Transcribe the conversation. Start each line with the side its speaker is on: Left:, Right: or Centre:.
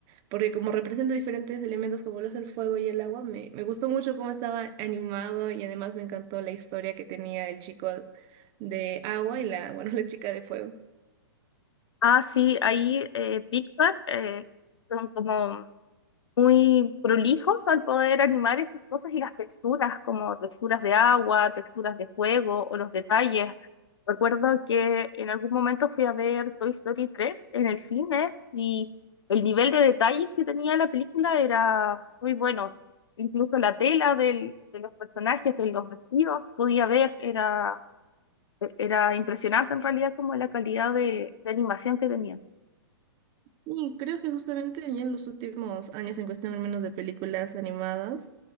Right: porque como representa diferentes elementos como lo es el fuego y el agua, me, me gustó mucho cómo estaba animado y además me encantó la historia que tenía el chico de agua y la, bueno, <laughs> la chica de fuego.
Left: Ah, sí, ahí eh, Pixar eh, son como muy prolijos al poder animar esas cosas y las texturas, como texturas de agua, texturas de fuego o los detalles. Recuerdo que en algún momento fui a ver Toy Story tres en el cine y el nivel de detalles que tenía la película era muy bueno. Incluso la tela del- de los personajes, de los vestidos, se podía ver, era, era impresionante en realidad como la calidad de de animación que tenía.
Right: Y creo que justamente ya en los últimos años, en cuestión al menos de películas animadas,